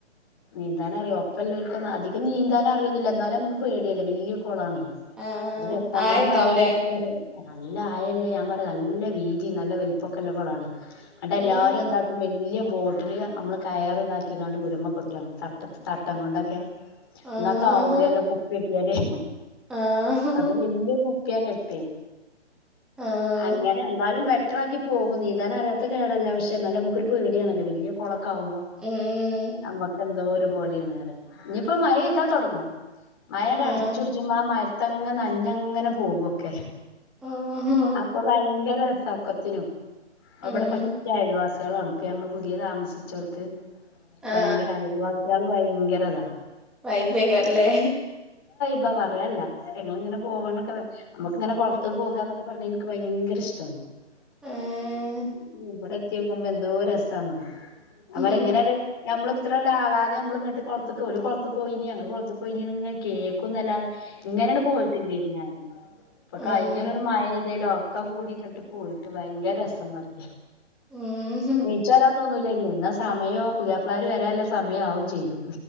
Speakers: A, on the left; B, in the centre.
A: നീന്താനറിയോ ഒപ്പല്ലോൽക്കൊന്ന് അധികം നീന്താനറിയൊന്നൂല്ല ന്നാലും നമുക്ക് പേടിയല്ലേ വലിയ കൊ ളാണെ
B: ആഹ്
A: അത് വെക്കാൻകളം
B: ആയണ്ടാവൂലേ
A: പറേണത് അത്ര നല്ല ആയല്ലേ ഞാൻ പറയാ നല്ല വീതി നല്ല വൽപ്പൊക്കെല്ലകൊളാണ് ന്നട്ട്
B: ഉം
A: എല്ലാരും എന്താട്ടും വലിയ ബോട്ടില് നമ്മള് കയറ് താക്കിങ്ങാണ്ട് ഊരമ്മെ കൊടു ട്ടം തട്ടത്തി തട്ടം കൊണ്ടൊക്കെ എന്നാ
B: ആഹ്
A: താവൂലല്ലോ കുപ്പി കെട്ടിയാലേ
B: ആഹ്
A: അത് വലിയ കുപ്പിയ കെ പ്പേയ്
B: ആഹ്
A: അങ്ങനെ എന്നാലും ട്രാക്കി പോകും നീന്താനറിയാത്ത കേടല്ല പക്ഷെ ന്നാലും മ്മുക്കൊരു പേടിയണല്ലോ വെലിയ കുള <unintelligible>
B: ഉം ഉം
A: നമ്മക്ക് എന്തോ ഒരു പോോലെയണ്റ ഇനിയിപ്പോ മഴ ഇതാ തുടങ്ങും മയയുടെടെ
B: ആഹ്
A: അടിച്ചുടിച്ച് മ മഴ അത്തങ്ങ നഞ്ഞങ്ങനെ പോകൊക്കെ
B: ആഹ്
A: അപ്പൊ ഭയങ്കര ചൗക്കത്തിനും
B: ഉം
A: ബട പച്ചായല്ല വസ തളണ ഇപ്പം ഞങ്ങള്ൾ പുതിയ താമസിച്ച കൊടുത്ത് ഭയങ്കര
B: ആഹ്
A: അയവാസികൾ ഭയങ്കര <unintelligible>
B: വൈപേക്കല്ലേ
A: ഇ പറയല്ലേ ഞങ്ങ ഇങ്ങനെ പോവണൊക്കെ നമുക്ക്ിങ്ങനെ കുളത്ത് പോകുകൊക്കെ പറ എനിക്ക് ഭയങ്കര ഇഷ്ടമാണ്
B: ആഹ്
A: <unintelligible> കത്തി വെക്കുമ്പോ എന്തോ രസാന്നോ അര
B: ആഹ്
A: എങ്ങനെയണ്ട് നമ്മള് ഇത്ര ണ്ടവാതെ നമ്മ ഇങ്ങട്ട് കുളത്തിലേക്ക് ഒരേ കുളത്ത്‌കെ പോയിനീ ഞങ്ങളെ കുളത്ത്‌കെ കോയിനി കേൾക്കുന്നില്ലാതെ ഇങ്ങനെയട് പോയിട്ടില്ലേന് ഞാന് ഇപ്പൊ കഴിഞ്ഞൂരോട്
B: ആഹ്
A: മഴ ഇതലോ ലോ ഒക്കെ കൂടി ഇങ്ങട്ട് പോയിട്ട് ഭയങ്കര രസം മറി
B: ഉം
A: നീച്ച വരാന്ന് തോന്നല ഇ സമയോ പുയ്യാപ്ല വരാന സമയവും ചെയ്യും